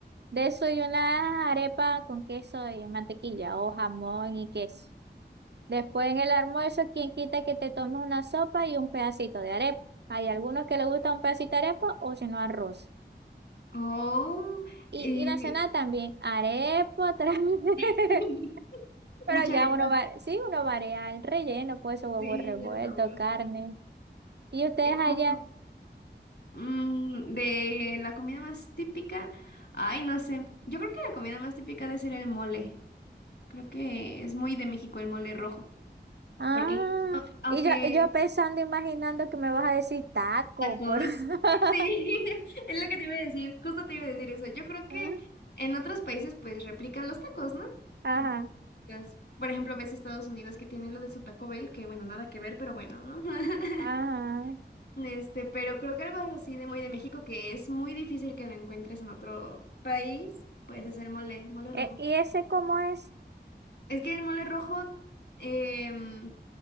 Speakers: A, on the right (about 70°); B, on the left (about 65°).
A: desayunar arepa con queso y mantequilla o jamón y queso. Después en el almuerzo, quien quita que te tomes una sopa y un pedacito de arepa. Hay algunos que les gusta un pedacito de arepa o si no arroz.
B: Oh,
A: Y,
B: eh,
A: y la cena también, arepa otra vez.
B: <laughs>
A: <laughs> Pero
B: mucha
A: ya
B: arepa.
A: uno va, sí, uno varía el relleno, pues huevo
B: Sí,
A: revuelto,
B: el sabor.
A: carne. Y ustedes
B: Es como
A: allá,
B: mm, de la comida más típica. Ay, no sé. Yo creo que la comida más típica debe ser el mole. Creo que es muy de México el mole rojo.
A: ah,
B: Porque incluso, aunque
A: y yo, y yo pensando, imaginando que me vas a decir taco,
B: tacos,
A: por... <laughs>
B: <laughs> sí, <laughs> es lo que te iba a decir, justo te iba a decir eso. Yo creo que
A: Ah,
B: en otros países pues replican los tacos, ¿no?
A: Ajá,
B: A fin de cuentas. Por ejemplo, ves Estados Unidos que tienen lo de su Taco Bell, que bueno, nada que ver, pero bueno, ¿no? <laughs>
A: ajá.
B: Este, pero creo que algo así de muy de México que es muy difícil que lo encuentres en otro país, pues es el mole, mole
A: E-
B: rojo.
A: ¿Y ese cómo es?
B: Es que el mole rojo em,